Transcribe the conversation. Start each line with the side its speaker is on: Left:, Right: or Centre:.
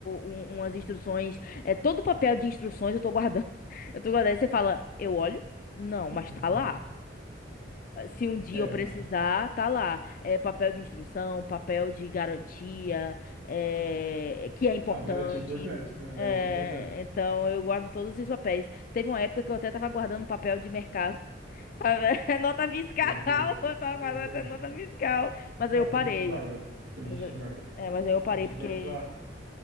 Left: um- umas instruções, é todo papel de instruções eu tô guardando. <laughs> Eu tô guardando. Aí Você fala, eu olho? Não, mas
Right: <laughs> Não.
Left: tá lá. Se um dia
Right: É,
Left: eu precisar,
Right: não.
Left: tá lá. É papel de instrução, papel de garantia, é, que é importante.
Right: Ah, um garantia importante, é um
Left: É,
Right: garantia importante.
Left: então eu guardo todos esses papéis. Teve uma época que eu até tava guardando papel de mercado. <laughs> Nota fiscal,
Right: Meu Deus,
Left: eu tava
Right: meu
Left: guardando
Right: Deus.
Left: até nota fiscal. Mas
Right: Não,
Left: aí eu parei.
Right: tem gente que guarda. Tem gente
Left: Mas, eu-
Right: que guarda.
Left: é, mas aí eu parei
Right: Tem gente
Left: porque
Right: que guarda pra,